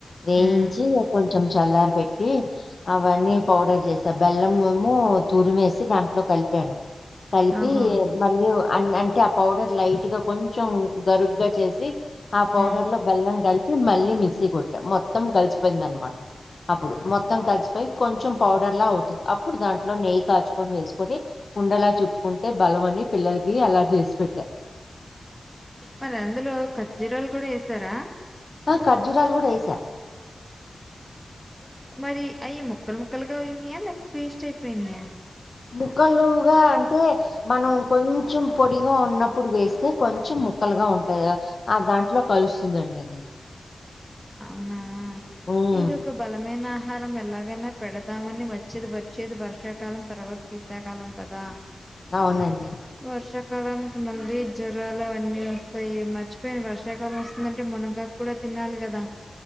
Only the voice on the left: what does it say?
వేయించి
కొంచెం చల్లార్ బెట్టి అవన్నీ పౌడర్ జేసా బెల్లంమేమో తూరిమేసి దాంట్లో కలిపాన్. కలిపి
మళ్ళీ ఊ ఆన్ అంటే ఆ పౌడర్ లైట్ గా కొంచెం గరుగ్గా జేసి అ పౌడర్
లో బెల్లం గలిపి మళ్ళీ మిక్సీ గొట్టా మొత్తం గలిసిపోయింద్ అన్మా అప్పుడు మొత్తం కలిసిపోయి కొంచెం పౌడర్లా అవుతుంది. అప్పుడు దాంట్లో నెయ్యి కాచుకొని వేసుకొని ఉండలా చుట్టుకుంటే బలమని పిల్లలకి అలా జేసి బెట్టా.
అ కార్జురాలు గూడా యేసా
ముక్కలుగా అంటే. మనం కొంచెం పొడిగా ఉన్నప్పుడు వేస్తే కొంచెం ముక్కలుగా ఉంటాయి. అ దాంట్లో కలుస్తుందండి అది.
ఉమ్,
అవునండి.